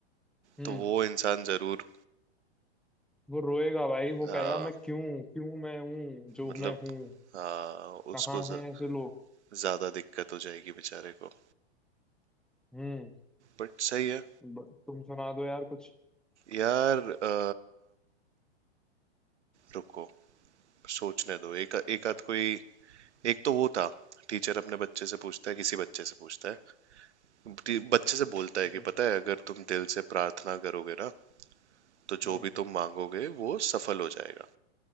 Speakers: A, in the centre; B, on the right.
A: हम्म
B: तो वो इंसान जरूर
A: वो रोएगा भाई वो
B: हाँ
A: कहेगा मैं क्यों क्यों मैं हूँ जो
B: मतलब
A: मैं हूँ
B: हाँ उसको
A: कहाँ है
B: ज-
A: ऐसे लोग
B: ज्यादा दिक्कत हो जाएगी बेचारे को
A: हम्म
B: बट सही है
A: ब- तुम सुना दो यार कुछ
B: यार अ, रुको सोचने दो एक एक आध कोई एक तो वो था टीचर अपने बच्चे से पूछता है किसी बच्चे से पूछता है टी- बच्चे से बोलता है
A: हम्म
B: कि पता है अगर तुम दिल से प्रार्थना करोगे ना तो
A: हम्म
B: जो भी तुम मांगोगे वो सफल हो जाएगा